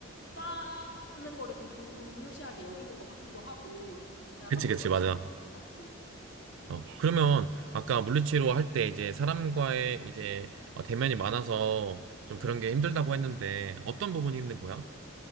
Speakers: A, on the left (about 60°); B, on the right (about 70°).
A: 쌓는 거를 좀 중요시하게 여기는 것 같기도 하고, 아, 약간
B: 그치,
A: 그런,
B: 그치, 맞아.
A: 아, 맞지.
B: 어, 그러면 아까 물리치료 할 때 이제 사람과의 이제 어, 대면이 많아서 좀 그런 게 힘들다고 했는데 어떤 부분이 힘든 거야?